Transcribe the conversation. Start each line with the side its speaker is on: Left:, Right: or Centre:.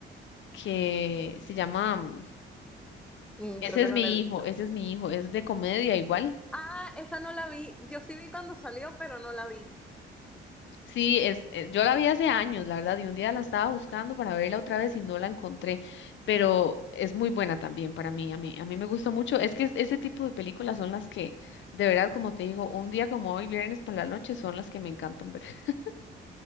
Left: que se llama...
Centre: Mm,
Left: Ese
Centre: creo que
Left: es
Centre: no
Left: mi
Centre: la he
Left: hijo,
Centre: visto.
Left: ese es mi hijo, es de comedia igual.
Centre: Ah, esa no la vi. Yo sí vi cuando salió, pero no la vi.
Left: Sí, es, eh, yo la vi hace años, la verdad, y un día la estaba buscando para verla otra vez y no la encontré, pero es muy buena también para mí, a mí, a mí me gusta mucho. Es que es- ese tipo de películas son las que, de verdad, como te digo, un día como hoy, viernes por la noche, son las que me encantan ver. <laughs>